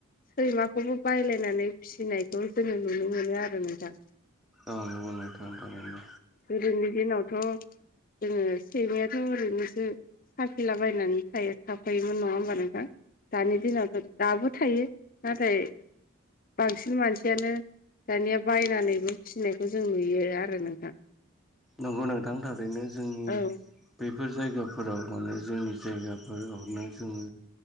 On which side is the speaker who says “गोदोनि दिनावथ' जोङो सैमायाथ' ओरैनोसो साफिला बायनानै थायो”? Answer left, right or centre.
Left